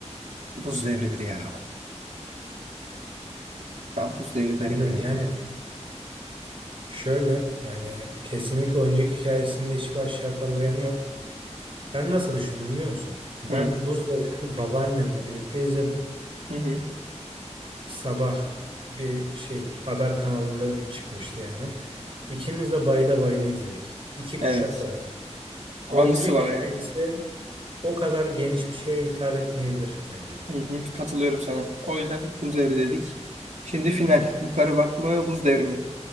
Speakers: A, on the right; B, on the right.
A: Buz Devri'dir ya. Kampüs devri derim
B: Bence
A: yani.
B: de yani şöyle yani kesinlikle oyuncak hikayesinde hiçbir aşağı kalır yanı yok. Ben nasıl düşündüm biliyor musun? Ben
A: Hı
B: Buz Devri'ni babaannemle birlikte izledim.
A: hı. hı.
B: Sabah bir şey haber kanalında bir çıkmıştı yani. İkimiz de bayıla bayıla izledik. İki
A: Evet.
B: kuşak var.
A: Anısı
B: Oyuncak
A: var
B: hikayesi
A: yani.
B: o kadar geniş bir şeye hitap etmeyebilir bence.
A: Hı hı. Katılıyorum sana. O yüzden buz devri dedik. Şimdi final. Yukarı bak mı buz devri mi?